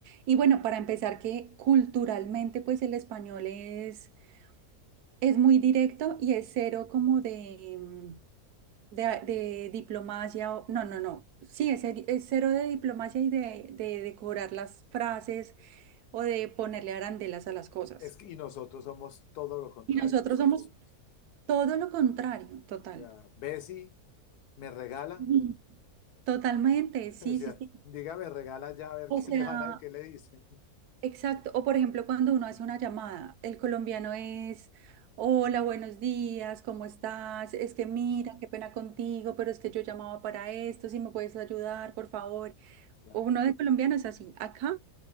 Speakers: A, on the right; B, on the left.
A: Y bueno, para empezar, que culturalmente pues el español es, es muy directo y es cero como de, mm, de, de diplomacia, o- no, no, no, sí, es, cero es cero de diplomacia y de, de decorar las frases o de ponerle arandelas a las cosas.
B: Es que- y nosotros somos todo lo contrario,
A: Y nosotros
B: nosotros,
A: somos
B: somos,
A: todo lo contrario, total.
B: o sea, Bessie me regala,
A: Ujú. Totalmente,
B: <laughs>
A: sí,
B: o sea,
A: sí, sí.
B: dígame regala ya a ver
A: O
B: qué
A: sea...
B: le van a, qué le dicen.
A: Exacto, o por ejemplo cuando uno hace una llamada, el colombiano es, hola, buenos días, ¿cómo estás? Es que
B: Es,
A: mira, qué pena contigo, pero es que yo llamaba para esto, si me puedes ayudar, por favor.
B: claro.
A: Uno de colombiano es así, acá